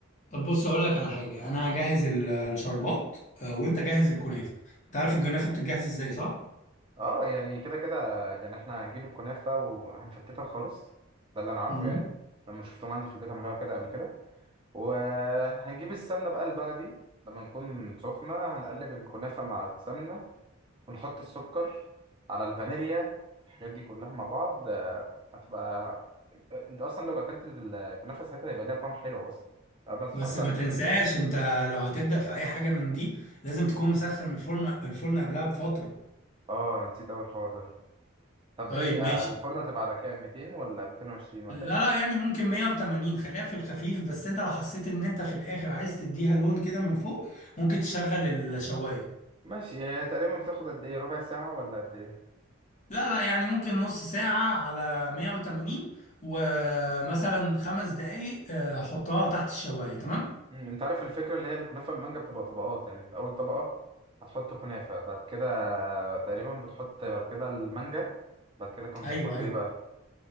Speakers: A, on the left (about 35°); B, on the right (about 25°).
A: طب بص اقول لك على حاجه انا هجهز ال- الشربات آه، وانت جهز الكنافه انت عارف الكنافه بتتجهز ازاي صح
B: اه يعني كده كده يعني احنا هنجيب الكنافه وهنفتتها خالص ده اللي انا عارفه
A: امم
B: يعني لما شفتهم عندي في البيت عملوها كده قبل كده وهنجيب السمنه بقى البلدي لما نكون سخنه هنقلب الكنافه مع السمنه ونحط السكر على الفانيليا الحاجات دي كلها مع بعض آه، هتبقى آه، انت اصلا لو اكلت ال- الكنافه ساعتها هيبقى ليها طعم حلو اصلا بعد ما تتحط
A: بس ما
B: على الكنافه
A: تنساش
B: دي
A: انت لو هتبدا في اي حاجه من دي لازم تكون مسخن الفرن الفرن قبلها بفتره
B: اه انا نسيت اول حوار ده طب
A: طيب
B: ايه
A: ماشي
B: آه، الفرن هتبقى على كام 200 ولا 220 ولا
A: لا
B: ايه
A: لا يعني ممكن 180 خليها في الخفيف بس انت لو حسيت ان انت في الاخر عايز تديها لون كده من فوق ممكن تشغل الشوايه
B: ماشي هي تقريبا بتاخد قد ايه ربع ساعه ولا قد ايه
A: لا لا يعني ممكن نص ساعه على 180 ومثلا خمس دقايق آه، حطها تحت الشوايه تمام
B: مم، انت عارف الفكره اللي هي الكنافه بالمانجا بتبقى طبقات يعني انت اول طبقه هتحط كنافه بعد كده تقريبا بتحط بعد كده المانجا بعد كده كنت
A: ايوه
B: بتحط
A: ايوه
B: ايه بقى